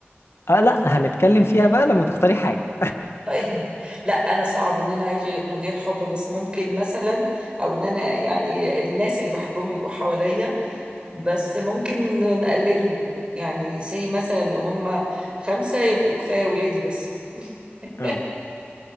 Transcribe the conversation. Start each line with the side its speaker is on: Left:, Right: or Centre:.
Left: اه لا هنتكلم فيها بقى لما تختاري حاجة
Right: طيب. لا انا صعب ان انا اعيش من غير حب بس ممكن مثلا او ان انا يعني الناس اللي بحبهم يبقوا حواليا بس ممكن نقللهم يعني زي مثلا لو هم خمسة يبقوا كفاية ولادي بس <laughs>
Left: اه